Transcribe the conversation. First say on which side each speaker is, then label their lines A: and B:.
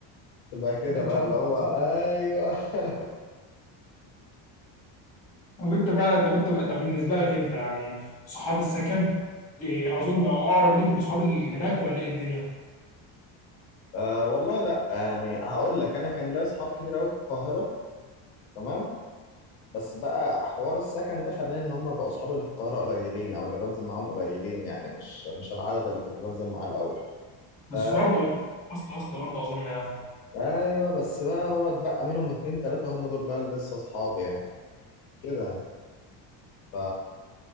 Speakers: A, on the left; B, on the left.
A: تبقى كده
B: بالطبيعة
A: بقى اللي هو
B: العظيم
A: ايوه <laughs>
B: طب انت بقى طب انت بقى طب بالنسبه لك انت يعني صحاب السكن إيه اظن بقى اقرب ليك من صحاب اللي هناك ولا ايه الدنيا
A: أه والله لا يعني هقول لك انا كان ليا اصحاب كتير قوي في القاهره تمام بس بقى حوار السكن ده خلاني ان هم بقوا اصحابي اللي في القاهره قليلين او اللي بنزل معاهم قليلين يعني مش مش العدد اللي كنت بنزل معاه الاول
B: بس
A: ف...
B: برضه اصل اصل برضه اظن يعني
A: ايوه بس بقى هو اتبقى منهم اتنين تلاته هم دول بقى اللي لسه اصحابي يعني كده يعني ف